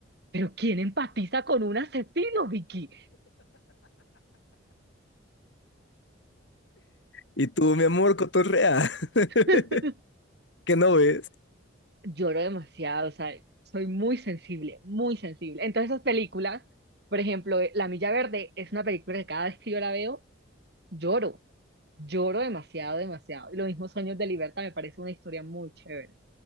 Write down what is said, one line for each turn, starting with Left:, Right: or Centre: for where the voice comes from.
Right: pero ¿quién empatiza con un asesino, Vicky?
Left: Y tú, mi amor, cotorrea. <laughs>
Right: <laughs>
Left: ¿Qué no ves?
Right: Lloro demasiado, o sea, soy muy sensible, muy sensible. Entonces esas películas, por ejemplo, eh, La Milla Verde es una película que cada vez que yo la veo, lloro, lloro demasiado, demasiado. Y lo mismo Sueños de Libertad me parece una historia muy chévere,